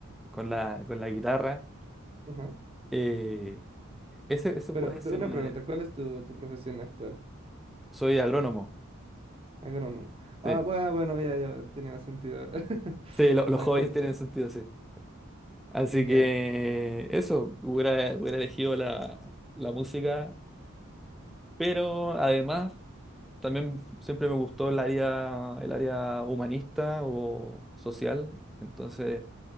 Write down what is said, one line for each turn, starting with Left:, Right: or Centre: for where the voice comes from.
Centre: con la, con la guitarra.
Right: Ajá.
Centre: Eh, ese, eso
Right: Pero
Centre: puede
Right: te-
Centre: ser
Right: una
Centre: un
Right: pregunta,
Centre: área.
Right: ¿cuál es tu, tu profesión actual?
Centre: Soy agrónomo,
Right: Agrónomo. Ah,
Centre: sí.
Right: bueno, bueno, ya, ya, tiene más sentido ahora. <laughs>
Centre: Sí, lo- los
Right: Ok,
Centre: hobbies tienen sentido, sí. Así
Right: ya.
Centre: que eso, hubiera, hubiera elegido la, la música, pero además también siempre me gustó el área, el área humanista o social, entonces